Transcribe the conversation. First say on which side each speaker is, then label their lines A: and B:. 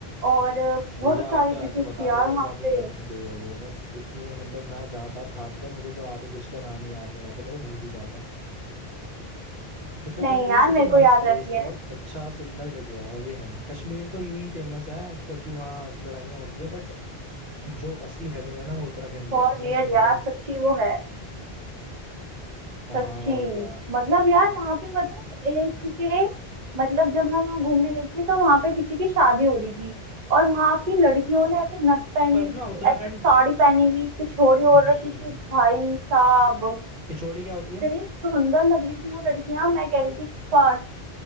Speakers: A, on the right; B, on the right.
A: और
B: भैया
A: बहुत सारी
B: आप तो ऐसे
A: डिशेस
B: बता
A: थी यार
B: रहे हो
A: वहां
B: जैसे आप उत्तराखंड
A: पे
B: के ही हो गए मतलब इतनी मतलब मैं जाता और खाता था मुझे तो आधे डिश का नाम ही याद नहीं रहता मैं तो भूल ही जाता Uttarakhand
A: नहीं
B: is
A: यार
B: such
A: मेरे
B: a nice
A: को याद
B: place
A: रहती है
B: बहुत अच्छा सुंदर जगह है हेवन है कश्मीर तो यूं ही फेमस है क्योंकि वहाँ लड़ाइयाँ होती है बट जो असली हेवन है ना वो उत्तराखंड ही
A: फॉर
B: है इतना
A: रियल
B: सुंदर
A: यार सच्ची वो है
B: हाँ
A: सच्ची
B: और क्या
A: मतलब यार वहां पे पता है एक के मतलब जब मैं वहां घूमने गई थी तो वहां पे किसी की शादी हो रही थी और वहां की लड़कियों ने ऐसे नथ पहनी
B: पर
A: हुई
B: ना उत्तराखंड
A: ऐसे साड़ी पहनी हुई पिछोड़ी
B: हम्म
A: ओढ़ रखी थी भाई साहब
B: पिछोड़ी क्या होती
A: इतनी
B: है
A: सुंदर लग रही थी वो लड़कियां मैं कह रही थी काश